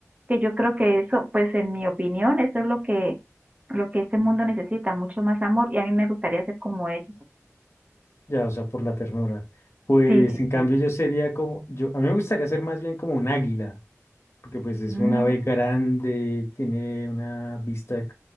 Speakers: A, on the right; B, on the left.
A: que yo creo que eso, pues en mi opinión, eso es lo que, lo que este mundo necesita, mucho más amor, y a mí me gustaría ser como ellos.
B: ya, o sea, por la ternura. Pues
A: Sí,
B: en cambio
A: sí.
B: yo sería como, yo, a mí me gustaría ser más bien como un águila. porque pues es
A: Mm,
B: un ave grande, tiene una vista c-